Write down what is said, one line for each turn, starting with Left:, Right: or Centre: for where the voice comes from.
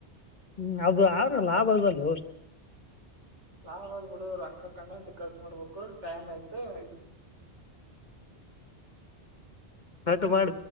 Left: ಹುಂ ಅದು ಆದ್ರ್ ಲಾಭ ಅದಲೋ
Right: ಲಾಭ ಆದ್ ಬಿಡು ರೊಕ್ಕ ಕಂಡಾ ಪಟ್ಟಿ ಖರ್ಚ ಮಾಡಬೇಕು ಟೈಮ್ ಆಯ್ತ
Left: ಕಟ್ ಮಾಡ